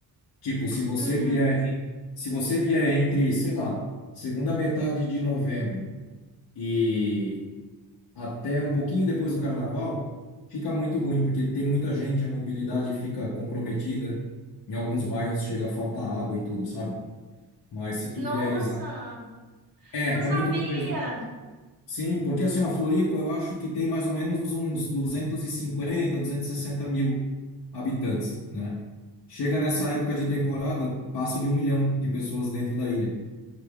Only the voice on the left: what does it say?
Tipo, se você
vier, em- se você vier entre, sei lá, segunda metade de novembro e até um pouquinho depois do carnaval, fica muito ruim, porque tem muita gente, a mobilidade fica comprometida, em alguns bairros chega a faltar água e tudo, sabe? Mas se
tu vieres. a- É,
é muito ruim mesmo. Sim, porque assim, a Floripa, eu acho que tem mais ou menos uns duzentos duzentos e cinquenta, duzentos e sessenta mil habitantes, né? Chega nessa época de temporada, passa de um milhão de pessoas dentro da ilha.